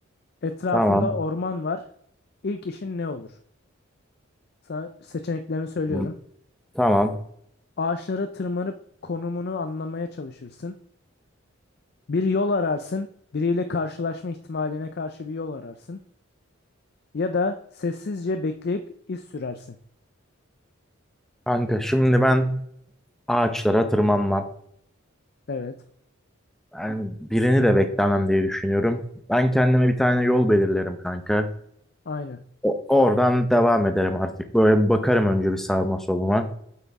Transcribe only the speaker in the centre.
Tamam.
Hmm, Tamam.
Kanka şimdi ben ağaçlara tırmanmam.
Ben birini de beklemem diye düşünüyorum. Ben kendime bir tane yol belirlerim kanka.
O- oradan devam ederim artık. Böyle bir bakarım önce bir sağıma soluma.